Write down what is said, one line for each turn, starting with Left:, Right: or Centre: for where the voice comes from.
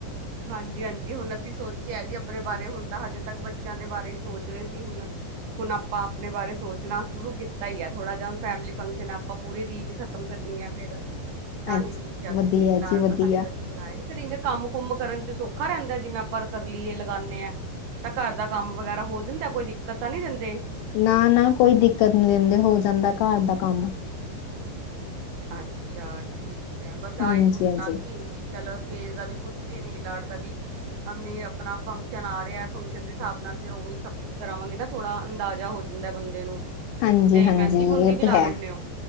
Right: ਹਾਂਜੀ ਹਾਂਜੀ, ਹੁਣ ਅਸੀਂ ਸੋਚਿਆ ਜੀ ਅਪਨੇ ਬਾਰੇ ਹੁਣ ਤਾਂ ਹਜੇ ਤੱਕ ਬੱਚਿਆਂ ਦੇ ਬਾਰੇ ਈ ਸੋਚ ਰਹੇ ਸੀ ਹੁਨ ਹੁਨ ਆਪਾਂ ਅਪਨੇ ਬਾਰੇ ਸੋਚਨਾ ਸ਼ੁਰੂ ਕੀਤਾ ਈ ਐ, ਥੋੜਾ ਜਾ ਹੁਨ ਫੈਮਲੀ ਫੰਕਸ਼ਨ ਆਪਾਂ ਪੂਰੀ ਰੀਜ ਖਤਮ ਕਰ <unintelligible> ਤਾਂ
Left: ਅੱਛਾ
Right: ਹੀ ਪੁੱਛਿਆ ਸੀ
Left: ਵਧੀਆ
Right: ਵੀ ਨੇਲ ਆਰਟ
Left: ਜੀ ਵਧੀਆ
Right: ਦਾ <unintelligible> ਕਦੀ ਕਰਾਇਆ ਨੀ ਫੇਰ‌ ਏਨੇ ਕੰਮ ਕੁੰਭ ਕਰਨ ਚ ਸੌਖਾ ਰਹਿੰਦੇ, ਜਿਵੇਂ ਆਪਾਂ ਕਰ ਲਈਏ ਲਗਾਨੇ ਆ ਤਾਂ ਘਰ ਦਾ ਕੰਮ ਵਗੈਰਾ ਹੋ ਜਾਂਦੇ, ਕੋਈ ਦਿੱਕਤ ਤਾਂ ਨਹੀਂ ਰਹਿੰ
Left: ਨਾ ਨਾ ਕੋਈ ਦਿੱਕਤ ਨ ਦਿੰਦੇ ਹੋ ਜਾਂਦੇ ਘਰ ਦਾ ਕੰਮ
Right: ਅੱਛਾ, ਠੀਕ ਹੈ, ਬਸ
Left: ਹਾਂਜੀ
Right: ਆ ਈ ਪੁੱਛਣਾ
Left: ਹਾਂਜੀ
Right: ਸੀ ਏ ਵੀ ਚਲ ਫੇਸ ਦਾ ਵੀ ਪੁੱਛ ਲੀਏ, ਨੇਲ ਆਰਟ ਦਾ ਵੀ ਅ <unintelligible> ਅਪਨਾ ਫੰਕਸ਼ਨ ਆ ਰਿਏ ਫੰਕਸ਼ਨ ਦੇ ਹਿਸਾਬ ਨਾਲ ਫੇਰ ਉਵੇਂ ਈ ਸਭ ਕੁਛ ਕਰਾਵਾਂਗੇ ਨਾ ਥੋੜਾ ਅੰਦਾਜ਼ਾ ਹੋ ਜਾ ਜਿੰਦਾ ਬੰਦੇ ਨੂੰ
Left: ਹਾਂਜੀ
Right: ਤੇ
Left: ਹਾਂਜੀ,
Right: ਮਹਿੰਦੀ ਮੁੰਦੀ
Left: ਇਹ
Right: ਵੀ
Left: ਤੇ
Right: ਲਾ
Left: ਹੈ
Right: ਲੈਂਦੇ ਹੋ